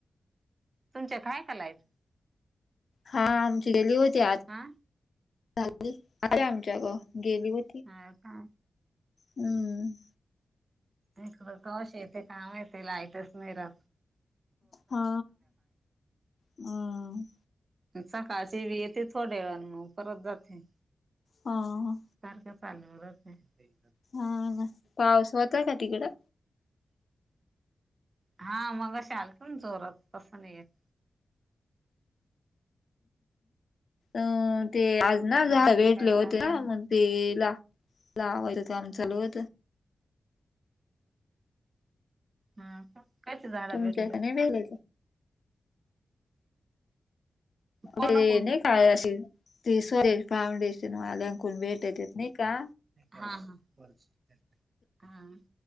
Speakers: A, on the right (about 35°); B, on the left (about 45°).
A: तुमच्याक हाय का लाईट
B: हा आमची गेली होती आत
A: हा
B: झाली अे आमच्या ग गेली हो
A: हा का
B: हम्म
A: इकडं कवाशी येथे कामाेत लाईटच नाही रा
B: हा हम
A: सकाळची वी येते थोड्या वेळ मग परत जाते
B: हां
A: सारखं चालूत नाही
B: हा पाऊस होताय का तिकडं
A: हा मग शाल पून जोरात तसं नाही येत
B: अ ते आज ना झालं
A: बाकी
B: भेटले
A: काय चाललंय
B: होते ना मग ते ला लावायच ते आम चालू होत
A: हा कायची झाडं
B: तुमच्या
A: भेटली
B: का नाही नाही
A: कोणाकडून
B: ते नाही काय अशी ती स्वदेश फाउंडेशन वाल्यांकून भेटत येत नाही का
A: हां हां हां.